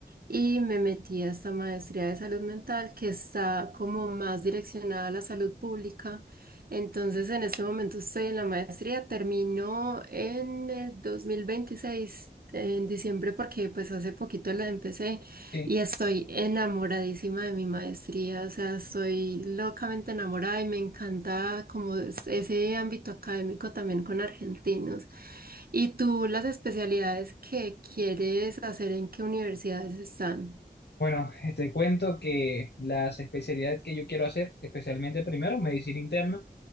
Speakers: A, on the right; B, on the left.
A: Y me metí a esta maestría de salud mental que está como más direccionada a la salud pública. Entonces, en este momento estoy en la maestría, terminó en el 2026 en diciembre, porque pues hace poquito la empecé
B: Eh,
A: y estoy enamoradísima de mi maestría, o sea, estoy locamente enamorada y me encanta como es- ese ámbito académico también con argentinos. ¿Y tú las especialidades que quieres hacer en qué universidades están?
B: bueno, eh, te cuento que las especialidades que yo quiero hacer, especialmente primero medicina interna,